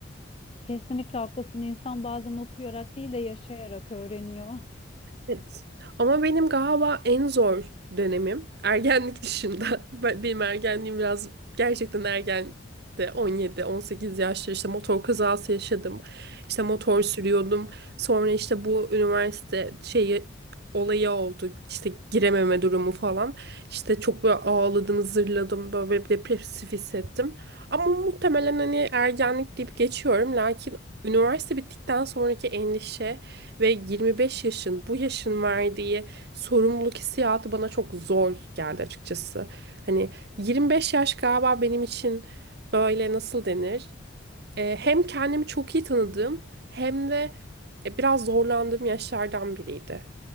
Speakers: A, on the left (about 30°); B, on the right (about 55°).
A: kesinlikle haklısın. İnsan bazen okuyarak değil de yaşayarak öğreniyor.
B: Evet. Ama benim galiba en zor dönemim ergenlik dışında. <laughs> Ben- Benim ergenliğim biraz gerçekten ergen de 17-18 yaşta işte motor kazası yaşadım. İşte motor sürüyordum. Sonra işte bu üniversite şeyi olayı oldu. İşte girememe durumu falan. İşte çok böyle ağladım, zırladım, böyle bir depresif hissettim. Ama muhtemelen hani ergenlik deyip geçiyorum. Lakin üniversite bittikten sonraki endişe ve 25 yaşın bu yaşın verdiği sorumluluk hissiyatı bana çok zor geldi açıkçası. Hani 25 yaş galiba benim için böyle nasıl denir? Ee, hem kendimi çok iyi tanıdığım hem de e, biraz zorlandığım yaşlardan biriydi